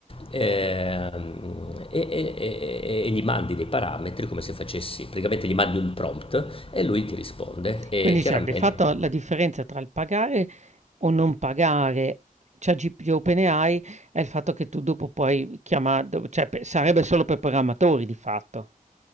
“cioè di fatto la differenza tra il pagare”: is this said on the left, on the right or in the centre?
Right